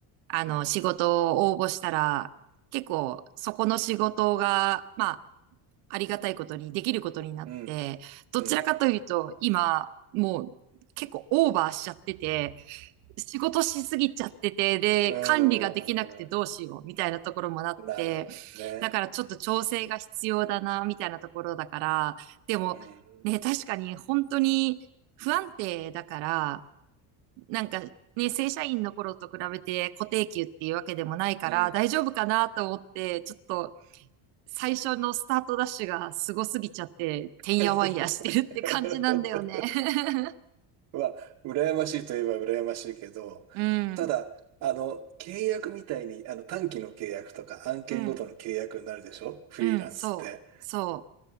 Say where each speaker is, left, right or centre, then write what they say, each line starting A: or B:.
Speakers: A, on the right; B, on the right.
A: あの、
B: うん。
A: 仕事を応募したら、結構、そこの仕事が、まあ、ありがたいことにできることになって、
B: うん。
A: どちらかというと、
B: うん。
A: 今、もう結構オーバーしちゃってて、仕事しすぎちゃってて、で、
B: うー
A: 管理ができなくてどうしようみたいなところもなって、
B: んなるほどね。
A: だからちょっと調整が必要だな、みたいなところだから、でも、
B: うん。
A: ね、確かに本当に不安定だから、なんかね、正社員の頃と比べて固定給っていうわけでもないから大丈夫かなと思って、
B: うん。
A: ちょっと最初のスタートダッシュがすごすぎちゃって、てんやわんやしてるって感じなんだよね。
B: <laughs>
A: <laughs>
B: は、羨ましいといえば羨ましいけど、
A: うん、
B: ただ、あの、契約みたいに、あの、短期の契約とか案件ごとの契約になるでしょフリーランスって。
A: うん、うん、そう、そ